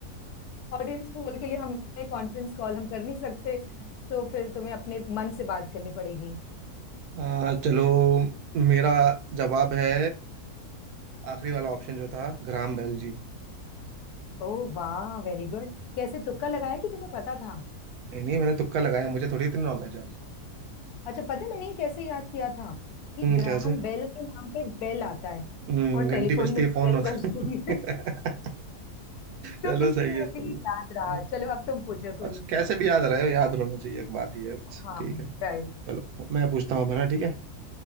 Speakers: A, on the left; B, on the right.
A: ऑडियंस पोल के लिए हमें कॉन्फ्रेंस कॉल हम कर नहीं सकते तो फिर तुम्हें अपने मन से बात करनी पड़ेगी
B: आ, चलो मेरा जवाब है आखिरी वाला ऑप्शन जो था ग्राम बेल जी
A: ओह वाह वेरी गुड कैसे तुक्का लगाया कि तुम्हें पता था
B: नहीं नहीं मैंने तुक्का लगाया मुझे थोड़ी इतनी नॉलेज है
A: अच्छा पता है मैंने ये कैसे याद किया था कि
B: हम्म
A: ग्राहम
B: कैसे
A: बेल के नाम पे बेल आता है
B: हम्म
A: और टेलीफोन
B: घंटी बजती
A: में
B: है
A: भी
B: फोन
A: बेल
B: होता
A: बजती
B: है
A: है <laughs>
B: <laughs>
A: तो
B: चलो
A: इसलिए
B: सही है
A: मुझे
B: सही
A: ये
B: है
A: याद रहा
B: हाँ,
A: चलो अब तुम पूछो
B: बस
A: कोई
B: कैसे भी याद रहे याद रहना चाहिए एक बात ये है बस
A: हाँ
B: ठीक है
A: राइट
B: चलो मैं पूछता हूँ अब, है ना ठीक है